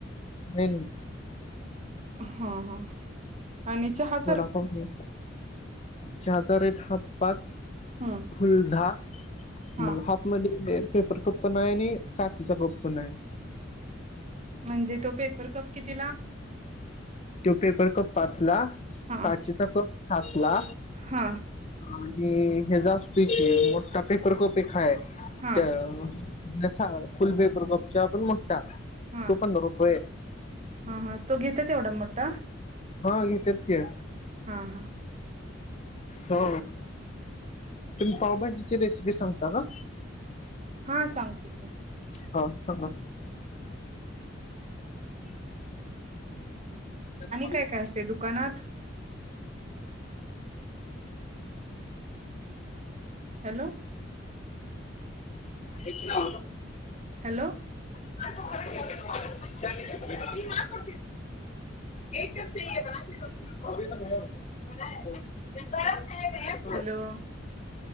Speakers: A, on the left; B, on the right.
A: नाही नाही.
B: हा हा आणि चहा
A: वडापाव घे चहाका रेट हाफ पाच
B: हम्म
A: फुल्ल धा मग,
B: हा
A: हाप म्हणजे पेपर कप पण नाही, आणि काचेचं कप पण नाही.
B: म्हणजे तो पेपर कप कितीला?
A: तो पेपर कप पाचला
B: हा
A: काचेचा कप सातला
B: हा
A: आणि हेजा असत्योय की मोठा पेपर कप एक हाय
B: हा
A: त्या जसा फुल पेपर कप च्या पण मोठा तो
B: हा
A: पंधरा रुपये
B: हा हा तो घेतात येवढा मोठा
A: हा घेत्यात की
B: हा हा
A: हो. तुम्ही पावभाजीची रेसिपी सांगता का?
B: हा सांगते पण
A: हा सांगा
B: आणि
A: <unintelligible> <unintelligible>
B: काय काय असते दुकानात हॅलो
A: तेची नाव कां
B: हॅलो
A: <unintelligible> <unintelligible>
B: हॅलो